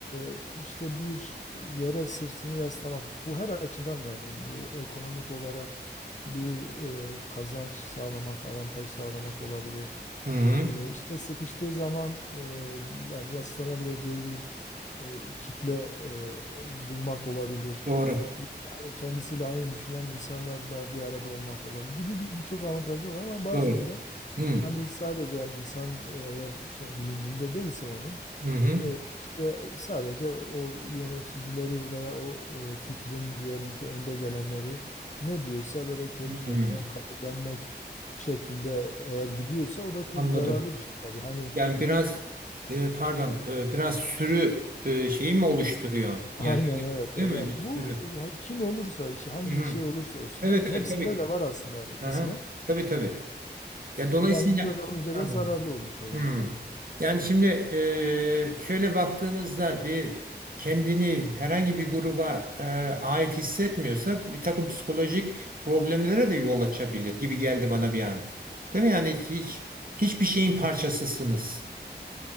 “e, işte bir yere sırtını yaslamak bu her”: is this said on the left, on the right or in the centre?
Left